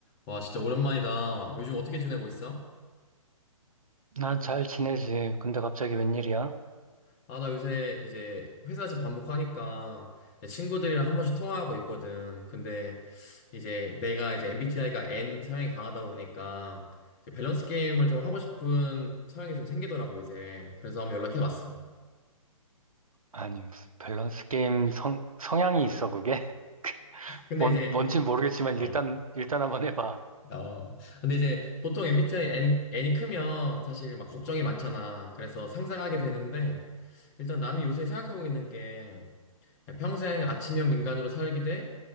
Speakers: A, on the left (about 25°); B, on the right (about 70°).
A: 와, 진짜 오랜만이다. 요즘 어떻게 지내고 있어?
B: 난 잘 지내지. 근데 갑자기 웬일이야?
A: 아, 나 요새 이제 회사집 반복하니까 이제 친구들이랑 한 번씩 통화하고 있거든. 근데 이제 내가 이제 MBTI가 N 성향이 강하다 보니까 이제 밸런스 게임을 좀 하고 싶은 성향이 좀 생기더라고, 이제. 그래서 한번 연락해 봤어.
B: 아니, 무슨 밸런스 게임 성, 성향이 있어, 그게? <laughs>
A: 근데
B: 뭔,
A: 이제,
B: 뭔진 모르겠지만
A: 어,
B: 일단, 일단 한번 해봐.
A: 어. 근데 이제 보통 MBTI N, N이 크면 사실 막 걱정이 많잖아. 그래서 상상하게 되는데 일단 나는 요새 생각하고 있는 게 평생 아침형 인간으로 살기 대